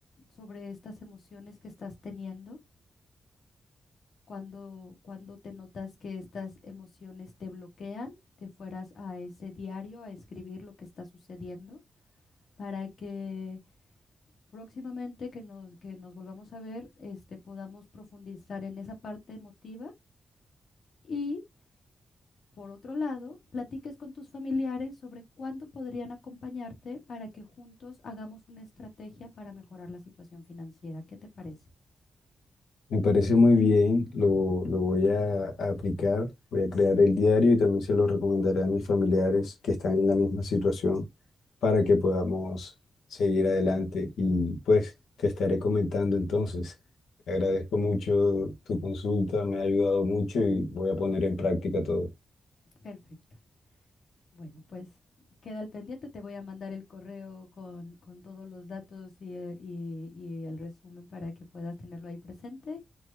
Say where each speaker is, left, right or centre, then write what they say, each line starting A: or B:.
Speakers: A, on the left; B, on the left.
A: sobre estas emociones que estás teniendo, cuando, cuando te notas que estas emociones te bloquean, te fueras a ese diario a escribir lo que está sucediendo para que próximamente que nos, que nos volvamos a ver, este, podamos profundizar en esa parte emotiva. Y Por otro lado, platiques con tus familiares sobre cuándo podrían acompañarte para que juntos hagamos una estrategia para mejorar la situación financiera. ¿Qué te parece?
B: Me parece muy bien, lo, lo voy a, a aplicar, voy a crear el diario y también se lo recomendaré a mis familiares que están en la misma situación para que podamos seguir adelante y pues te estaré comentando entonces. Te agradezco mucho tu consulta, me ha ayudado mucho y voy a poner en práctica todo.
A: Perfecto. Bueno, pues queda al pendiente. Te voy a mandar el correo con, con todos los datos y, eh, y- y el resumen para que puedas tenerlo ahí presente.